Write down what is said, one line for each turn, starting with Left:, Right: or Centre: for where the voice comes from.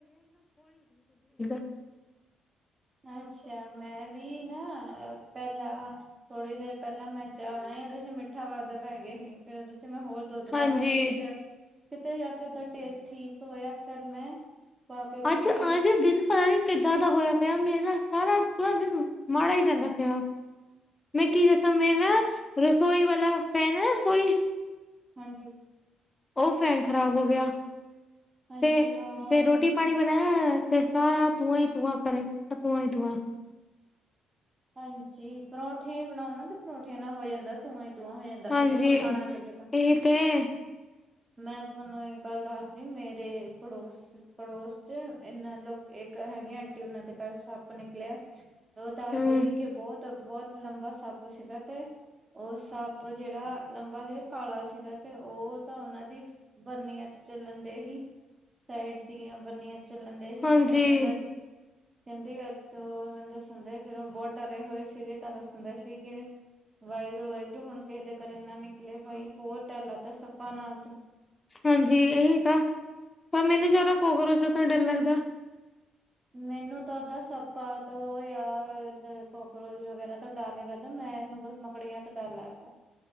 Left: <inaudible>
Right: ਅੱਛ। ਮੈਂ ਵੀ ਨਾ ਪਹਿਲਾਂ। ਥੋੜ੍ਹੀ ਦੇਰ ਪਹਿਲਾਂ ਮੈਂ ਚਾਹ ਬਣਾਈ ਸੀ ਉਹਦੇ ਚ ਮਿੱਠਾ ਵਧ ਪੈ ਗਿਆ ਸੀ ਫੇਰ ਉਹਦੇ ਚ ਮੈਂ ਹੋਰ। ਦੁੱਧ
Left: ਹਾਂਜੀ
Right: ਪਇਆ ਫਿਰ ਕਿਤੇ ਕਿਤੇ ਜਾ ਕੇ ਉਹਦਾ ਟੇਸਟ ਠੀਕ ਹੋਇਆ ਫੇਰ ਮੈਂ ਪਾ ਕੇ ਦਿੱਤੀ
Left: ਅੱਜ-ਅਜ ਦਿਨ ਭਰਾ। ਕਿੱਦਾਂ ਦਾ ਹੋਇਆ ਪਿਆ ਮੇਰੇ ਨਾਲ ਸਾਰਾ ਪੂਰਾ ਦਿਨ ਮਾੜਾ ਹੀ ਜਾਂਦਾ ਪਿਆ। ਮੈਂ ਕੀ ਦੱਸਾਂ ਮੇਰਾ ਰਸੋਈ ਵਾਲਾ ਫੈਨ ਹੈ ਰਸੋਈ
Right: ਹਾਂਜੀ।
Left: ਉਹ ਫੈਨ ਖ਼ਰਾਬ ਹੋ ਗਿਆ
Right: ਹਾਂਜੀ
Left: ਤੇ
Right: ਹਾਂ
Left: ਜੇ ਰੋਟੀ ਪਾਣੀ ਬਣਾਇਆ ਤੇ ਸਾਰਾ ਤੂੰਆਂ ਹੀ ਤੂੰਆਂ ਕਰ ਤੂੰਆਂ ਹੀ ਤੂੰਆਂ
Right: ਹਾਂਜੀ। ਪਰੌਂਠੇ ਬਣਾਓ ਨਾ ਤੇ ਪਰੌਂਠਿਆਂ ਨਾਲ ਹੋ ਜਾਂਦਾ। ਤੂੰਆਂ ਹੀ ਤੂੰਆ ਹੋ ਜਾਂਦਾ
Left: ਹਾਂਜੀ
Right: ਫੇਰ ਜੇ ਪੱਖਾ ਨਾ ਚੱਲੇ ਤਾਂ।
Left: ਇਹ <inaudible>
Right: ਮੈਂ ਤੁਹਾਨੂੰ ਇੱਕ ਗੱਲ ਦੱਸਦੀ ਮੇਰੇ ਪੜੋਸ-ਪੜੋਸ ਚ ਏਨਾਂ ਲੋ ਇੱਕ ਹੈਗੀ ਆ ਆਂਟੀ ਓਨਾਂ ਦੇ ਕਲ ਸੱਪ ਨਿਕਲਿਆ ਓ ਦਾਦੇ
Left: ਹਮ
Right: ਸੀ ਕੀ ਬੋ ਤਾਂ ਬੋਤ ਲੰਬਾ ਸਪ ਸੀਗਾ ਤੇ ਓ ਸੱਪ ਜੇੜਾ ਲੰਬਾ ਸੀਗਾ ਕਾਲਾ ਸੀਗਾ ਤੇ ਓ ਤਾਂ ਓਨਾਂ ਦੀ ਬਰਨੀਆਂ ਤੇ ਚੱਲਣ ਦੇ ਹੀ ਸਾਈਡ ਦੀਆਂ ਬਰਨੀਆਂ। ਚੱਲਣ ਦਿਆ ਸੀ
Left: ਹਾਂਜੀ
Right: ਓਨਾਂ ਦੀ ਕੈਂਦੀ ਇਕ ਤੇ ਓ ਮੈਨੂੰ ਦੱਸਣ ਦੇ। ਫਿਰ ਉਹ ਬਹੁਤ ਡਰੇ ਹੋਏ ਸੀਗੇ ਤਾਂ ਦੱਸਣ ਦੇ ਸੀਗੇ। ਵਾਹਿਗੁਰੂ- ਵਾਹਿਗੁਰੂ ਹੁਣ ਕਿਸੇ ਦੇ ਘਰੇ ਨਾ ਨਿਕਲੇ ਬਾਈ ਬਹੁਤ ਡਰ ਲਗਦਾ ਸੱਪਾਂ ਨਾਲ ਤਾਂ।
Left: ਹਾਂਜੀ। ਏਹੀ ਤਾਂ ਪਰ ਮੈਨੂੰ ਜਾਦਾ ਕੋਕਰੋਚਾਂ ਤੋ ਡਰ ਲੱਗਦਾ।
Right: ਮੈਨੂੰ ਤਾਂ ਦਾਂ ਸੱਪਾ ਤੋਂ ਜਾਂ ਕੋਕਰੋਚ ਵਗੈਰਾ ਤੋਂ ਡਰ ਨੀ ਲਗਦਾ ਮੈਂਨੂੰ ਬਸ ਮਕ ਕਿਰਲੀਆਂ ਤੋਂ ਡਰ ਲੱਗਦਾ।